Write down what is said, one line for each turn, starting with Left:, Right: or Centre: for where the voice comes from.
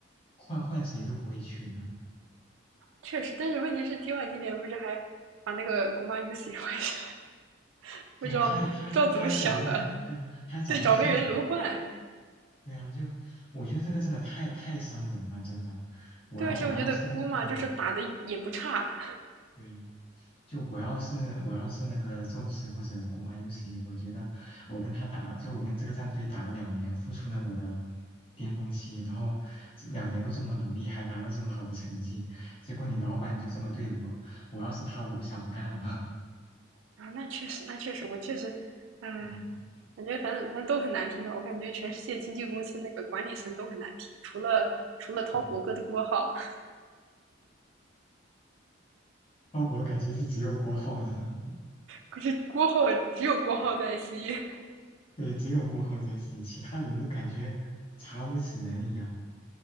Left: 换换谁都不会去的。
Right: 确实，但是问题是 T one 今年不是还把那个国妈 UC 换下来，不知道不知道怎么想的，
Left: 对啊，他还他还他还找个 <laughs> 对啊，他还找个替补，
Right: 对，找个人轮换。
Left: 对啊，就我觉得这个真的太太伤人了，真的。我要我要是对啊
Right: 对，而且我觉得姑妈就是打的也不差
Left: 对啊，就我要是我要是那个宙斯或者古马尤奇，我觉得我跟他打，就我跟这个战队打了两年，付出了我的巅峰期，然后这两年都这么努力，还拿了这么好的成绩，结果你老板就这么对我，我要是他，我都想不干了。
Right: 啊，那确实，那确实，我确实，唉，呃
Left: <laughs> 嗯
Right: 感觉反正反正都很难评吧。我感觉全世界经纪公司那个管理层都很难评，除了除了滔博哥的郭浩，
Left: 嗯，鲍勃我感觉是只有郭浩了。
Right: 可是郭浩只有郭浩在 I C，
Left: 对，只有郭浩在行，其他人都感觉查无此人一样。